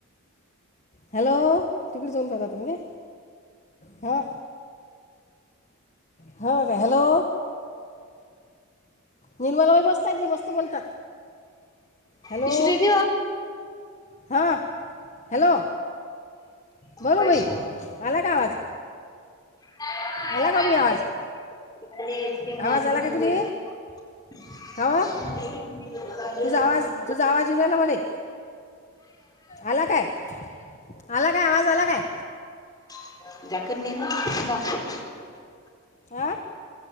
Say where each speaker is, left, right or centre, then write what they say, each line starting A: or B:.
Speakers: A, on the left; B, on the left.
A: हॅलो. तिकडे जाऊन बघा आता. हो. हो. हो. हॅलो. निर्मला बाई मस्त आहेत नि मस्त बोलतात. हॅलो.
B: विसरू ती
A: हा. हॅलो. बोल
B: पैसे
A: बाई. आला का आवाज?
B: आणि-
A: आला का बाई आवाज आवाज आला का तुले
B: <inaudible>
A: का व? तुझा आवाज तुझा आवाज येऊ राहिला मले. आला काय? आला काय? आवाज आला काय?
B: <unintelligible>
A: आ?